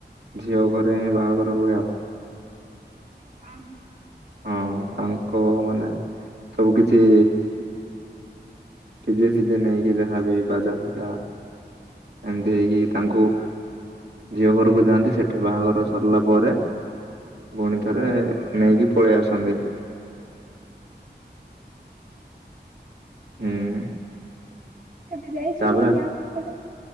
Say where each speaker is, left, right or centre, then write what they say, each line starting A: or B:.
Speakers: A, on the right (about 70°); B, on the right (about 45°).
A: ଝିଅ ଘରେ ହ ବାହାଘର ହୁଏ ଆଉ।
B: ହଁ।
A: ହଁ ତାଙ୍କ ମାନେ ସବୁ କିଛି ଡିଯେ ଫିଜେ ନହି କି ଯାହା ବି ବାଜା ଫଜା ଏମିତି ହେଇକି ତାଙ୍କୁ ଝିଅ ଘରକୁ ଯାଆନ୍ତି ସେଠି ବାହାଘର ସରିଲା ପରେ ପୁଣି ଥରେ ନେଇକି ପଳେଇ ଆସନ୍ତି। ହୁଁ।
B: କେବେ ଯାଇଛନ୍ତି
A: ତାପରେ
B: ଗାଁ ଭିତରେ